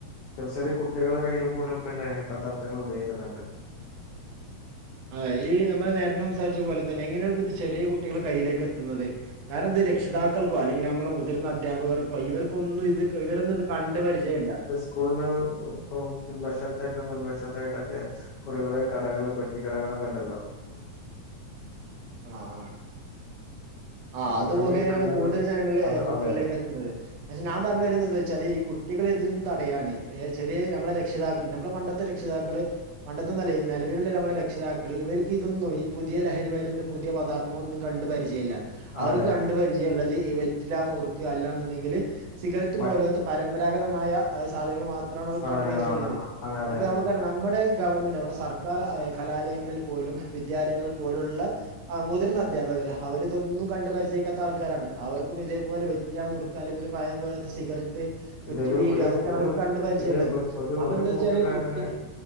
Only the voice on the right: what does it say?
അത ഈ നമ്മള് നേരത്തെ സംസാരിച്ച പോലെ തന്നെ എങ്ങനെയാണ് പോ ചെറിയ കുട്ടികെ കയ്യിലേക്ക് എത്തുന്നത് കാരണം ഇത് രക്ഷിതാക്കൾക്കോ അല്ലെങ്കിൽ നമ്മെ മുതിർന്ന അധ്യാപകർക്കോ ഇവർ ഒന്നും ഇത് ഇവരൊന്നും ഇത് കണ്ട് പരിചയം ഇല്ല
ആഹ് ആഹ് ആ
അത് മുഖേനെയാണ്
കൂടുതൽ ജനങ്ങളിൽ
കുട്ടികളിലേക്ക്
എ <unintelligible> പക്ഷെ ഞാൻ പറഞ്ഞു വരുന്നത് എന്താന്ന് വെച്ചാല് ഈ കുട്ടികളെ ഇതിൽ നിന്ന് തടയാൻ ഏഹ് ചെറിയ നമ്മളെ രക്ഷിതാക്കൾ നമ്മുടെ പണ്ടത്തെ രക്ഷിതാക്കള് പണ്ട നില നിലവിലുള്ള നമ്മുടെ രക്ഷിതാക്കള് ഇവർക്ക് ഇതൊന്നും ഈ പുതിയ ലഹരി മരു പുതിയ പദാർത്ഥങ്ങളൊന്നും കണ്ട് പരിചയല്ല അവർക്ക്
കണ്ട പരി ള്ളത് ഈ വെറ്റില നുറുക്ക അല്ലാ എന്നുണ്ടെങ്കിൽ സിഗരറ്റ്
പോലത്തെ പരമ്പരാഗതമായ സാധനകൾ മാത്രമാണ് അവർക്ക്
കണ്ടുപരിചയ ഉള്ളത്
ഇപ്പോ
നമുക്ക് നമ്മുടെ ഗവൺമെന്റ് സർക്കാർ കലാലയങ്ങളിൽ പോലും വിദ്യാലയങ്ങളിൽ പോലും ഉള്ള ആഹ് മുതിർന്ന അധ്യാപകര് അവർ ഇതൊന്നും കണ്ട് പരിചയക്കാത്ത ആൾക്കാരാണ് അവർക്കും ഇതേപോലെ വെറ്റില മുറുക്ക് അല്ലെങ്കിൽ പയ പോലത്തെ സിഗററ്റ് കുറ്റി
വീടി
അതൊക്കെയാണ്
അവക്ക് കണ്ട് പരിചയം
ഉള്ളത്
അപ്പൊ
എന്താ
വെച്ചാല് കുട്ടി